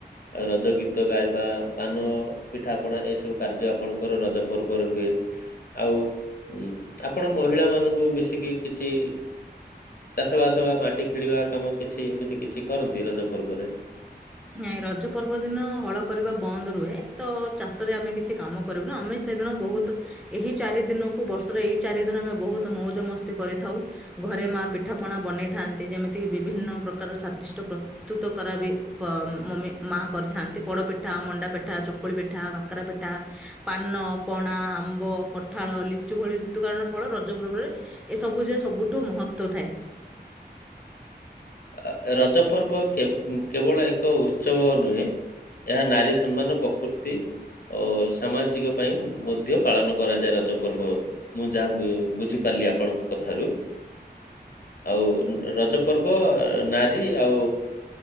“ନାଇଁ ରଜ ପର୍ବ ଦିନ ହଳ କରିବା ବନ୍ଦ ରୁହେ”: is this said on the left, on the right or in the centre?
Centre